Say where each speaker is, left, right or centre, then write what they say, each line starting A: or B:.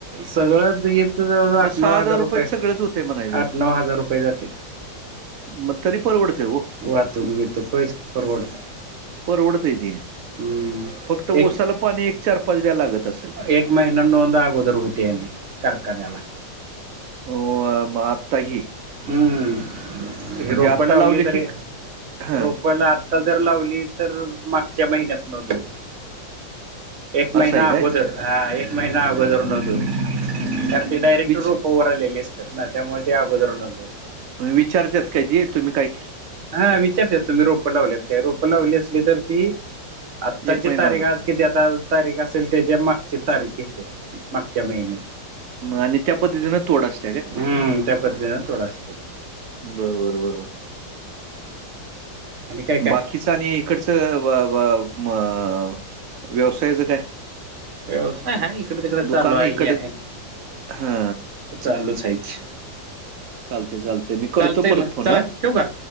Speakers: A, on the right; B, on the right.
A: सगळं येत जवळजवळ
B: मग
A: आठ नऊ हजार रुपये.
B: सगळंच होतंय म्हणायचं.
A: आठ नऊ हजार रुपये जातील.
B: मग तरी परवडतंय हो.
A: वाहतुक बिहतुक काईच परवडताय.
B: परवडतय ते.
A: हम्म.
B: फक्त
A: एक
B: ऊसाल पानी एक चार पाच द्याला लागत असल.
A: एक महिन नोंद आगोदर होतेया आनी. कारखान्याला.
B: हो म आता ही.
A: हम्म हे रोपय
B: आत्ता
A: लावली
B: लावले
A: तरी.
B: की हा
A: रोपयला आ आता जर लावली तर, मागच्या महिन्यात नोंद होते. एक
B: असं
A: महिन
B: आहे
A: आगोदर.
B: काय
A: हा एक महिन आगदर नोंद होती. कारण ते डायरेक्ट
B: विच
A: रोप वर आलेले असतात ना. त्यामुळे ते अगोदर नोंदवता.
B: विचारतात काय ते? तुम्ही काय केलं?
A: हा विचारतेत. तुम्ही रोप लावलेत का? रोपं लावली असली तर ती आत्ताची
B: एक महिना
A: तारीख
B: अगोदर
A: आज किती आता तारीख असेल त्याच्या मागची तारीख येते. मागच्या महिन्या
B: आणि त्या पद्धतीनं तोड अस
A: हम्म त्या पद्तीने तोड असते.
B: बरबर बरबर.
A: आणि काय काय
B: बाकीचं आणि इकडच ब ब म अ व्यवसायच काय?
A: व्यवसाय हाय इकडे तिकडे
B: दुकान
A: चालू आहे
B: इकडच
A: की.
B: हा
A: चालूच हाय ते.
B: चालतय चालतय. मी करतो
A: चालतंय
B: परत
A: मग
B: फोन
A: चला
B: ह.
A: ठेवू का?